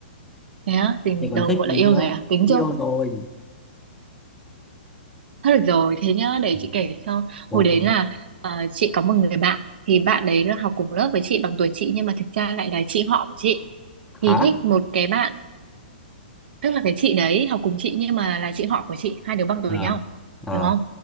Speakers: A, on the right (about 65°); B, in the centre.
A: thế á, tình
B: thì còn
A: đầu
B: thích
A: gọi
B: gì
A: là yêu
B: nữa
A: rồi à tính
B: yêu
A: chưa
B: rồi
A: Thôi được rồi, thế nhá, để
B: Ừ.
A: chị kể cho.
B: ok
A: Hồi đấy là ờ, chị có một người bạn, thì bạn đấy là học cùng lớp với chị bằng tuổi chị nhưng mà thực ra lại là chị họ của chị. Thì
B: hả
A: thích một cái bạn, tức là cái chị đấy học cùng chị nhưng mà là chị họ của chị, hai đứa bằng tuổi
B: Ờ
A: nhau,
B: Ờ
A: hiểu không?